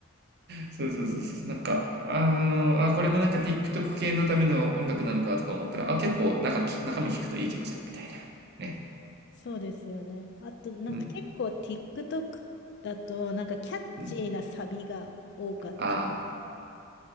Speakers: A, on the right; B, on the left.
A: そうそうそうそう。なんか、あの、あ、これもなんか TikTok 系のための音楽なのかとか思ったら、あ、結構中き、中身聞くといい曲じゃん、みたいな。ね。
B: そうですよね。あとなんか結構
A: うん、
B: TikTok だとなんかキャッチーなサビが多かったり。
A: うん。あー、